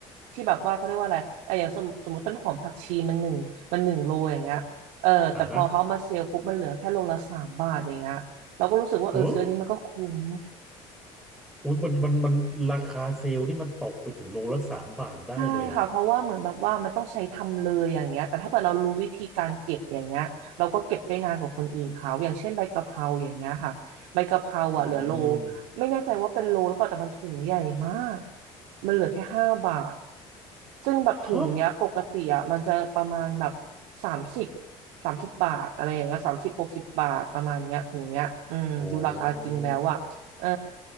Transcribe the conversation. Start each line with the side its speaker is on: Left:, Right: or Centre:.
Right: ที่แบบว่าเขาเรียกว่าอะไรอะอย่างสมสมมติต้นหอมผักชีมันหนึ่งมันหนึ่งโลอย่างเงี้ยเออแต่พอเขาเอามาเซลล์ปุ๊บมันเหลือแค่โลละสามบาทอย่างเงี้ยเราก็รู้สึกว่าเออซื้ออันนี้มันก็คุ้ม
Centre: อ่าฮะโอ้อุยมันมันมันราคาเซลล์นี่มันตกไปถึงโลละสามบาทได้เลยเหรอฮะ
Right: ใช่ค่ะเพราะว่าเหมือนแบบว่ามันต้องใช้ทำเลยอย่างเงี้ยแต่ถ้าเกิดเรารู้วิธีการเก็บอย่างเงี้ยเราก็เก็บได้นานกว่าคนอื่นเขาอย่างเช่นใบกะเพราอย่างเงี้ยค่ะใบกะเพราอ่ะเหลือโล
Centre: อืม
Right: ไม่แน่ใจว่าเป็นโลหรือเปล่าแต่มันถุงใหญ่มากมันเหลือแค่ห้าบาทซึ่งแบบถุงเนี้ยปกติอ่ะมันจะประมาณแบบ
Centre: ฮะ
Right: สามสิบสามสิบบาทอะไรอย่างเงี้ยสามสิบหกสิบบาทประมาณเนี้ยถุงเนี้ยอืมดูราคาจริงแล้วอ่ะเออ
Centre: โอ้